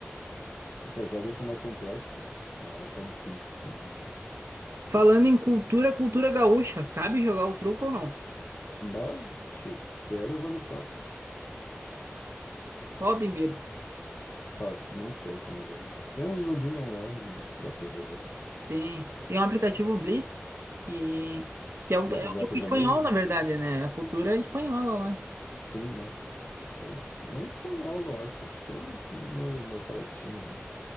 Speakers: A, on the left; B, on the right.
A: É que as regras são mais complexas, né? Não é tão simples que nem um War.
B: Falando em cultura, cultura gaúcha, sabe jogar o truco ou não?
A: Mas, che- quero e vale quatro.
B: Qual tem medo?
A: Faz muito tempo que eu não jogo. Tem uns joguinhos online, eu acho que dá pra jogar.
B: Tem, tem um aplicativo Blitz que, que é o,
A: Dá
B: é
A: pra jogar
B: o truco
A: com os
B: espanhol,
A: amigos?
B: na verdade, né? É A cultura espanhola lá.
A: Sim, não. Eu, nem espanhol, eu acho. Acho que é Mer- América Latina mesmo.